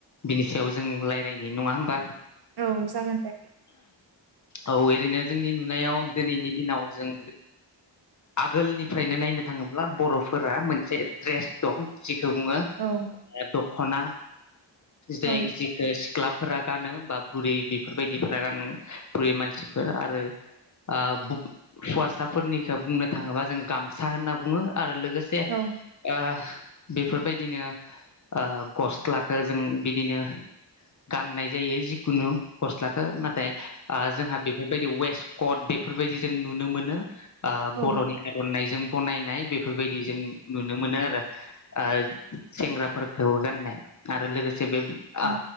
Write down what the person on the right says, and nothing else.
औ जागोन दे
औ
औ
औ
औ
औ